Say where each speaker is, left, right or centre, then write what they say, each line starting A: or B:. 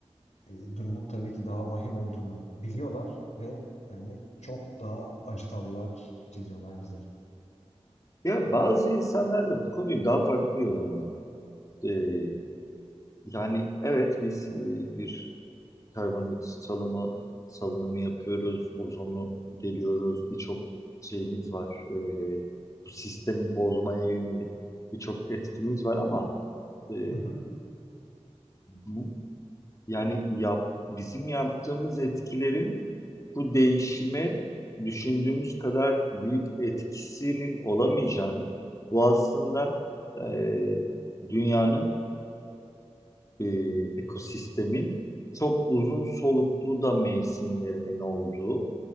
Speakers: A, on the left (about 85°); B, on the left (about 30°).
A: e, durumun tabii ki daha vahim olduğunu biliyorlar ve yani çok daha acı tablolar çiziyorlar bizler.
B: Ya bazı insanlar da bu konuyu daha farklı yorumluyor. Ee, yani evet biz e, bir karbondioksit salımı salınımı yapıyoruz, ozonu deliyoruz, birçok şeyimiz var. E, bu sistemi bozmaya yönelik birçok etkimiz var ama e,
A: Hı hı.
B: bu yani yap, bizim yaptığımız etkilerin bu değişime düşündüğümüz kadar büyük etkisinin olamayacağını, bu aslında e, dünyanın e, ekosistemin çok uzun soluklu da mevsimlerinin olduğu